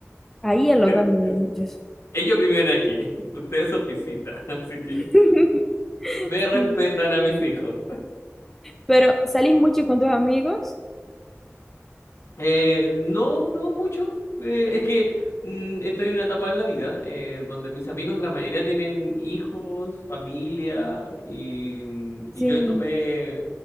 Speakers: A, in the centre; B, on the left.
A: Ahí es
B: <laughs>
A: lo que de ellos.
B: ellos viven aquí, <laughs> ustedes son visitas, <laughs> así que
A: <laughs>
B: me respetan
A: Sí.
B: a mis hijos.
A: Pero, ¿salís mucho con tus amigos?
B: Eh, no, no mucho. Eh, es que mm, estoy en una etapa en la vida eh, donde mis amigos, la mayoría tienen hijos, familia, y, mm, y
A: Sí.
B: yo tomé